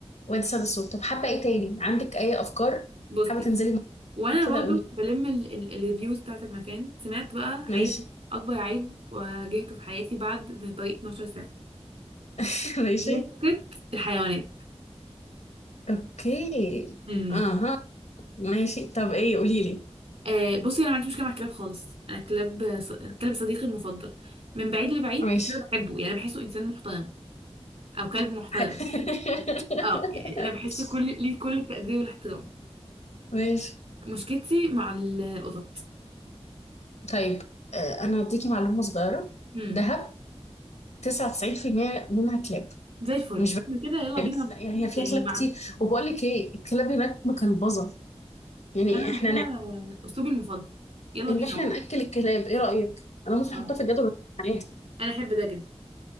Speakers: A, on the left; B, on the right.
A: وادي سيد الصوت طب حابة ايه تاني عندك اي افكار
B: بصي
A: حابة تنزلي مع
B: وانا
A: كده
B: برضه
A: قولي
B: بلم الريفيوز بتاعت المكان سمعت بقى
A: ماشي
B: عيب اكبر عيب واجهته في حياتي بعد طريق 12 ساعه
A: <laughs> ماشي
B: هي فكره الحيوانات
A: اوكي
B: امم
A: اها ماشي طب ايه قولي لي
B: آه بصي انا ما عنديش مشكله مع الكلاب خالص انا كلاب ص- كلب صديقي المفضل من بعيد لبعيد
A: ماشي
B: بس انا بحبه يعني بحسه انسان محترم او كلب محترم
A: حلو. <laughs>
B: اه يعني
A: ماشي
B: انا بحس كل ليه كل التقدير والاحترام
A: ماشي
B: مشكلتي مع القطط
A: طيب آه، انا هديكي معلومة صغيرة
B: امم
A: دهب 99% منها كلاب
B: زي الفل
A: مش
B: احنا كده يلا بينا
A: بس لا يعني هي فيها
B: يعني
A: كلاب
B: بعد
A: كتير وبقول لك ايه الكلاب هناك مكلبظة يعني
B: انا
A: احنا
B: ده
A: نعرف
B: اسلوبي المفضل يلا
A: ان
B: بينا
A: احنا
B: والله
A: ناكل الكلاب ايه رايك انا ممكن
B: اه
A: احطها في الجدول بتاعي عادي
B: انا احب ده جدا